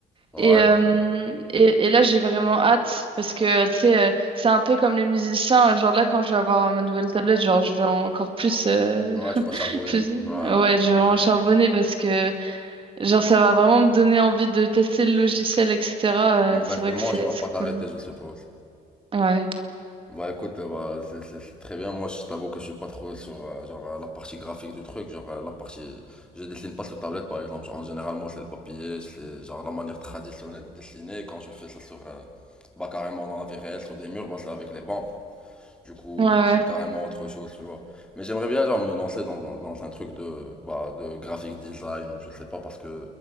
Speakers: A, in the centre; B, on the right.
A: ouais,
B: Et, euh, et, et là, j'ai vraiment hâte parce que, tu sais, euh, c'est un peu comme les musiciens. Genre là, quand je vais avoir ma nouvelle tablette, genre, je vais encore plus, euh,
A: ouais,
B: <laughs>
A: tu vas charbonner.
B: plus, ouais,
A: Ouais,
B: je vais
A: ouais,
B: vraiment
A: ouais.
B: charbonner parce que, genre, ça va vraiment me donner envie de tester le logiciel, etc.
A: Exactement,
B: Euh, c'est vrai que c'est,
A: tu vas
B: c'est
A: pas t'arrêter,
B: cool.
A: je suppose.
B: Ouais.
A: Bah écoute, euh, bah, c'est c'est- c'est très bien. Moi, je t'avoue que je suis pas trop sur euh, genre euh, la partie graphique du truc, genre euh, la partie, je dessine pas sur tablette par exemple. Genre, en général, moi, c'est le papier, c'est genre la manière traditionnelle de dessiner. Quand je fais ça sur, euh, bah carrément dans la vie réelle, sur des murs, bah c'est avec les bandes. Du coup,
B: Ouais, ouais.
A: euh, c'est carrément autre chose, tu vois. Mais j'aimerais bien, genre, me lancer dans, dans- dans un truc de, bah, de graphic design, ou je sais pas, parce que